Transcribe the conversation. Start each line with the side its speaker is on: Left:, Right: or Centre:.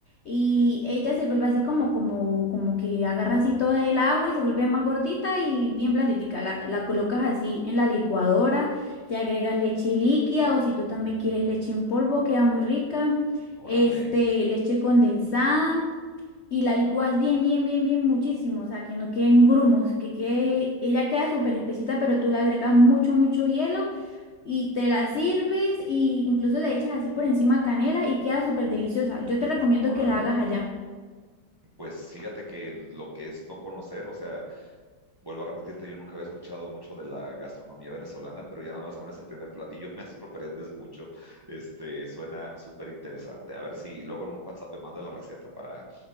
Left: y ella se vuelve así como, como, como que agarra así todo el agua y se vuelve más gordita y bien blanditica, la, la colocas así en la licuadora, le agregas leche líquida o si tú también quieres leche en polvo, queda muy rica, este,
Right: Órale,
Left: leche condensada y la licúas bien, bien, bien, bien muchísimo, o sea, que no queden grumos, que quede,
Right: mm,
Left: ella queda súper espesita, pero tú le agregas mucho, mucho hielo y te la sirves y incluso le echas así por encima canela y queda súper deliciosa. Yo te recomiendo
Right: órale.
Left: que la hagas allá.
Right: Pues fíjate que lo que es no conocer, o sea, Vuelvo a repetirte, yo nunca había escuchado mucho de la gastronomía venezolana, pero ya nada más con ese primer platillo <laughs> me sorprendes mucho. Este, suena súper interesante. A ver si luego en un WhatsApp me mando la receta para,